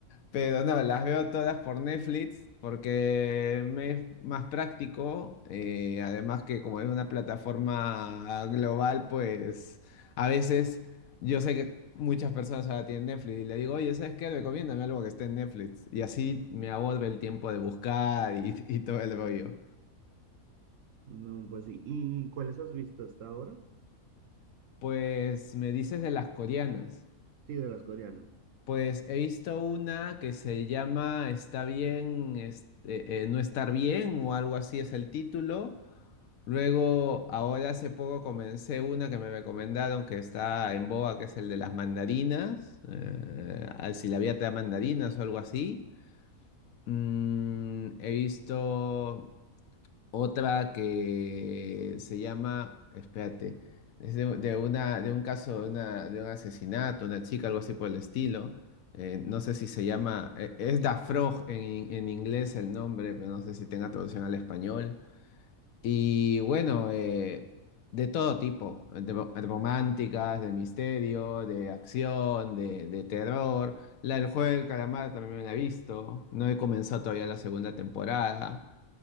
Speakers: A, on the left (about 75°); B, on the right (about 65°).
A: Pero no, las veo todas por Netflix porque me es más práctico. eh, además que como es una plataforma global, pues a veces yo sé que muchas personas ahora tienen Netflix y le digo, oye, ¿sabes qué? Recomiéndame algo que esté en Netflix. Y así me ahorro el tiempo de buscar y, <laughs> y todo el rollo.
B: No, pues sí. ¿Y cuáles has visto hasta ahora?
A: Pues me dices de las coreanas.
B: Sí, de las coreanas.
A: Pues he visto una que se llama Está bien, este, eh, eh, no estar bien o algo así es el título. Luego, ahora hace poco comencé una que me recomendaron que está en boga, que es el de las mandarinas, eh, al si la vida te da mandarinas o algo así. Mm, he visto otra que se llama, espérate, es de, de una, de un caso, de, una- de un asesinato, una chica, algo así por el estilo. Eh, no sé si se llama, eh, es Da Frog en, en inglés el nombre, pero no sé si tenga traducción al español. Y bueno, eh, de todo tipo, de ro- románticas, de misterio, de acción, de, de terror. La del juego del calamar también la he visto. No he comenzado todavía la segunda temporada.